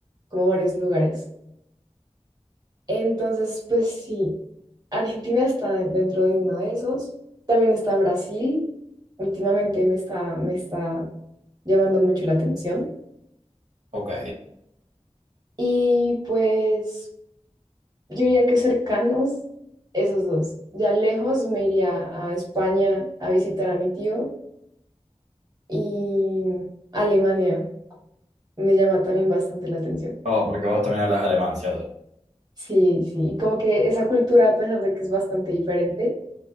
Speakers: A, on the right; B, on the right.
A: como varios lugares. Entonces, pues sí, Argentina está dentro de uno de esos. También está Brasil, últimamente me está, me está llamando mucho la atención.
B: ok.
A: Y pues... Yo diría que cercanos, esos dos. Ya lejos me iría a España a visitar a mi tío y Alemania me llama también bastante la atención.
B: Oh, porque vos también hablas alemán, ¿cierto?
A: Sí, sí, y como que esa cultura, a pesar de que es bastante diferente,